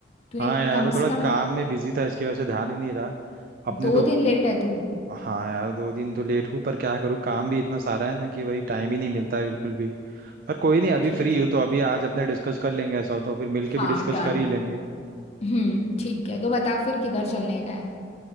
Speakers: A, on the left; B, on the right.
A: तूने
B: हाँ यार
A: कम
B: वो थोड़ा
A: से कम
B: काम में बिजी था इसकी वजह से ध्यान ही नहीं रहा अपने
A: दो
B: तो
A: दिन लेट है तू
B: हाँ यार दो दिन तो लेट हूँ पर क्या करूँ काम भी इतना सारा है ना कि वही टाइम ही नहीं मिलता है बिल्कुल भी पर कोई
A: चल
B: नहीं अभी
A: ठीक
B: फ्री
A: है
B: हूँ तो अभी आज अपने डिस्कस कर लेंगे ऐसा हो तो फिर मिलके
A: हाँ
B: भी डिस्कस
A: डन
B: कर ही लेंगे
A: हम्म ठीक है तो बता फिर किधर चलने का है